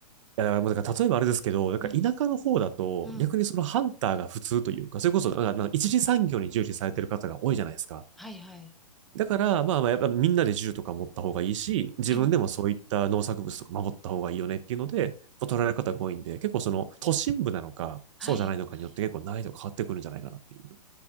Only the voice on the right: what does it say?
や、だからもうだから例えばあれですけど、なんか田舎の方だと、
逆にそのハンターが普通というか、それこそ、なんかなんか一次産業に従事されてる方が多いじゃないですか。
だから、まあまあ、やっぱみんなで銃とか持った方がいいし、自分でもそういった農作物とか守った方がいいよねっていうので、
こう取られる方が多いんで、結構その都心部なのか、
そうじゃないのかによって結構難易度変わってくるんじゃないかなっていう。